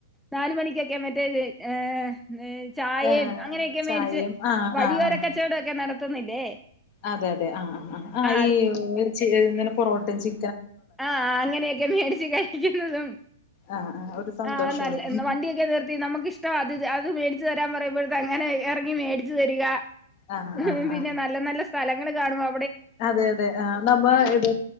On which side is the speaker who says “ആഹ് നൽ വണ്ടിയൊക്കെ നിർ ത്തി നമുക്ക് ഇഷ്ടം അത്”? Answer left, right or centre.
Centre